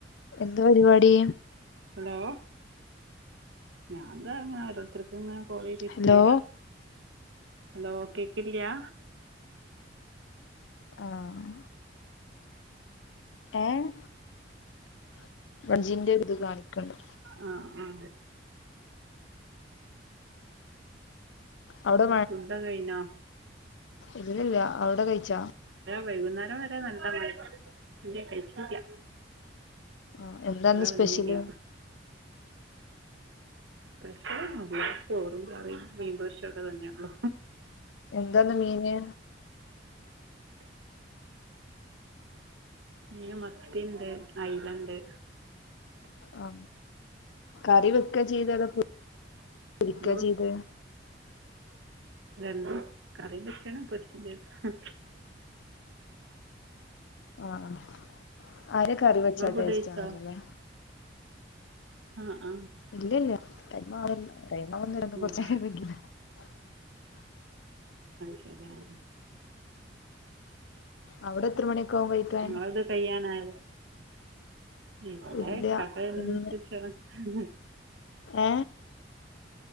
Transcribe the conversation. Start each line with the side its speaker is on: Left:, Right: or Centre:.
Left: എന്ത് പരിപാടി.
Right: ഹലോ ഞാൻന്താ അങ്ങനെ ഓരോരുത്തർക്ക് ഇങ്ങനെ കോൾ ചെയ്തിരിക്കാ.
Left: ഹലോ
Right: ഹലോ കേക്കല്യാ.
Left: ആഹ് ഏഹ് <unintelligible> ഇത് കാണിക്കണ്ട്.
Right: ആ ആ.
Left: അവിടെ
Right: ഫുഡോക്കെ കഴിഞ്ഞൊ
Left: ഇല്ലില്ല അവിടെ കയിച്ച.
Right: വൈകുന്നേരം വരെ നല്ല <inaudible> ഇല്ല കയിച്ചീല്യ.
Left: ആ എന്താ ഇന്ന്
Right: വന്നില്ല
Left: സ്പെഷ്യല്.
Right: സ്പെഷ്യലൊന്നുല്ല ചോറും കറിം മീൻ പൊരിചോക്കെ തന്നെയുള്ളൂ.
Left: എന്താന്ന് മീന്.
Right: മീൻ മത്തിണ്ട് ഐലണ്ട്.
Left: ആ കറിവെക്കെ ചെയ്തലേ അതോ പൊ രിക്ക
Right: നിങ്ങൾ
Left: ചെയ്തെ.
Right: രണ്ടും കറിവെക്കണം പൊരിചും ചെയ്തണ്.
Left: ആ ആ അയല കറി വെച്ചാ
Right: നിങ്ങൾ ഫുഡ്
Left: ടേസ്റ്റ്
Right: കഴിച്ചോ
Left: ആണല്ലേ ആല്ലേ.
Right: ആ ആഹ്.
Left: ഇല്ല ഇല്ല ടൈമാവുന്നേ ടൈമാവന്നെ
Right: ആ
Left: കൊറചേരാം <unintelligible>
Right: ശെരി ആ
Left: അവിടെ എത്ര മണിയെക്കാവും കയിക്കാൻ.
Right: ങ്ങളത് കഴ്യാനായത് ഇവിടെ
Left: ഇല്ല
Right: ഇക്കാക്ക വരുന്നേനു
Left: ഇന്ന്
Right: അനുസരിച്ചാണ്. ഉം.
Left: ഏ.